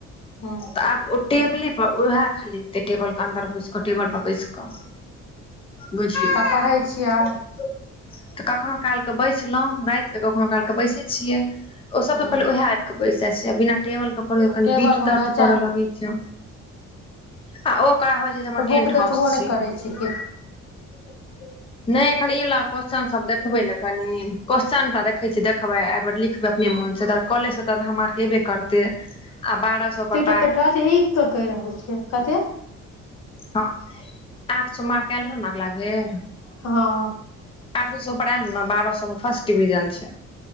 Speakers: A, on the left; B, on the left.
A: हँ
B: तऽ आब ओ टेबले पर उएह खाली ते टेबल केँ अन्दर घुस कऽ टेबर पर बैस कऽ <inaudible> बुझलियौ
A: त पढ़ै छियै
B: <inaudible> तऽ कखनो कालके बैसलहुँ राइतके कखनो काल क बैसै छियै ओ सबसँ
A: हूँ
B: पहिे उएह आबि कऽ बैस जाइ छै बिना टेबल के प कनि
A: टेबल
B: पीठ दर्द
A: <inaudible> हँ तऽ
B: करऽ लगै छै आ ओ ओकरा होइ छै जे हमर
A: बुक
B: टेंट
A: देखबो
B: हाउस छै
A: नय करै छी <inaudible>
B: <inaudible> नइ एखन इ वला क्वस्चन देखबै ने कनि क्वस्चनटा देखे छी देखबे ए बेर लि खबे अपने मोन छै तर कॉलेज से त आधा मार्क ऐबै करते हमरा आ बारह स प
A: एकटा त ई क कहि रहल छियै कते
B: हँ आठ सौ मार्क एल रहौ ने अगला बेर
A: हँ
B: आठ सौ पर आयल रहो ने बारह सौ पर फर्स्ट डिविजन छै